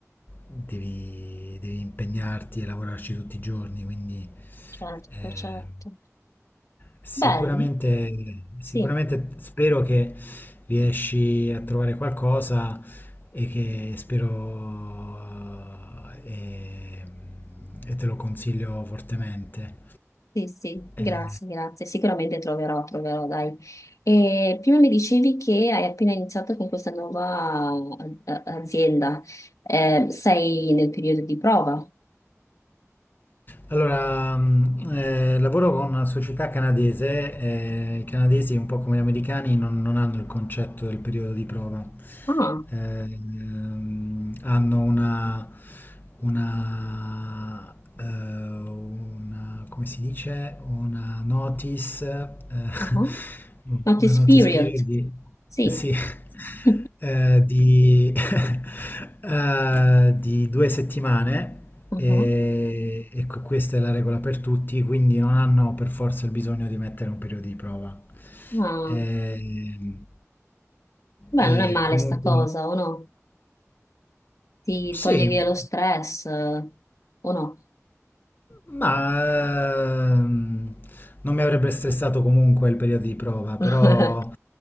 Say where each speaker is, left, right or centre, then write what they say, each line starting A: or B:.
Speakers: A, on the left; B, on the left.
A: devi, devi impegnarti e lavorarci tutti i giorni, quindi
B: Certo,
A: eh,
B: certo.
A: sicuramente,
B: Bene,
A: sicuramente
B: sì,
A: spero che riesci a trovare qualcosa e che spero eh, e, e te lo consiglio fortemente.
B: sì, sì, grazie,
A: Eh,
B: grazie. Sicuramente troverò, troverò, dai. E prima mi dicevi che hai appena iniziato con questa nuova eh, azienda. Eh, sei nel periodo di prova?
A: allora, mh, eh, lavoro con una società canadese, eh, i canadesi un po' come gli americani non, non hanno il concetto del periodo di prova,
B: Ah,
A: Eh, ehm, hanno una, una, eh, una- come si dice, una notice, eh,
B: uh-huh.
A: <laughs>
B: Notice
A: una notice
B: period.
A: period di,
B: Sì.
A: sì,
B: <laughs>
A: eh, di, <laughs> eh, di due settimane
B: Mhm.
A: e, e que- questa è la regola per tutti, quindi non hanno per forza il bisogno di mettere un periodo di prova.
B: Ah.
A: Ehm,
B: Beh,
A: E,
B: non è male
A: comunque,
B: sta cosa, o no? Ti
A: sì.
B: toglie via lo stress, eh, o no?
A: Ma ehm, non mi avrebbe stressato comunque il periodo di prova,
B: <laughs>
A: però,